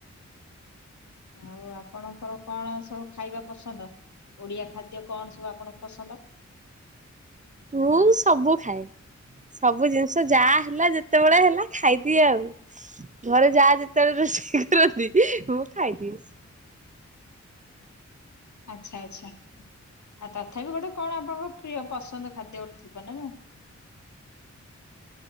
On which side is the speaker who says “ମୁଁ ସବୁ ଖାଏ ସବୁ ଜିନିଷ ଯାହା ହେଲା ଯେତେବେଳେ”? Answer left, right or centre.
Right